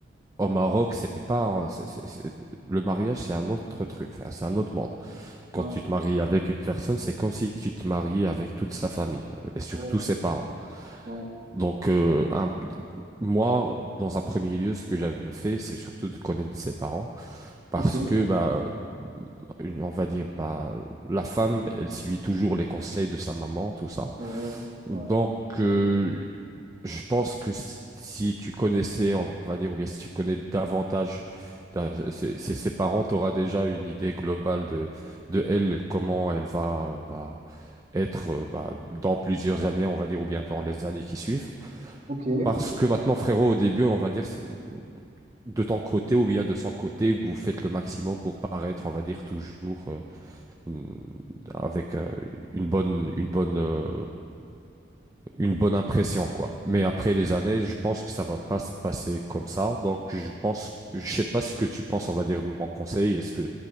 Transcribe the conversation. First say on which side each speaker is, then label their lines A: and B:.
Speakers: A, on the right; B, on the right.
A: Au Maroc, c'est pas un- c'est- c'est- c'est- le mariage, c'est un autre truc, enfin, c'est un autre monde. Quand
B: ouais,
A: tu te maries avec une personne, c'est comme si tu te mariais avec toute sa famille euh, et surtout
B: ouais,
A: ses parents.
B: ouais.
A: Donc, euh, un- moi, dans un premier lieu, ce que j'avais fait, c'est surtout de connaître ses parents parce
B: Ok, ouais,
A: que, bah, une- on va dire, bah, la femme, elle suit toujours les conseils de sa maman, tout ça.
B: ouais.
A: Donc,
B: ouais.
A: euh, je pense que si, si tu connaissais, on va dire, ou bien si tu connais davantage ta- ses, ses- ses parents, tu auras déjà une idée globale de, de elle, comment elle va euh, bah, être euh, bah, dans plusieurs années, on va dire, ou bien dans les années qui suivent.
B: Ok.
A: Parce que maintenant, frérot, au début, on va dire, c'est- de ton côté ou bien de son côté, vous faites le maximum pour paraître, on va dire, toujours euh, mm, avec euh, une bonne, une bonne, euh, une bonne impression, quoi. Mais après les années, je pense que ça va pas se passer comme ça. Donc, je pense, je sais pas ce que tu penses, on va dire, de mon conseil. Est-ce que,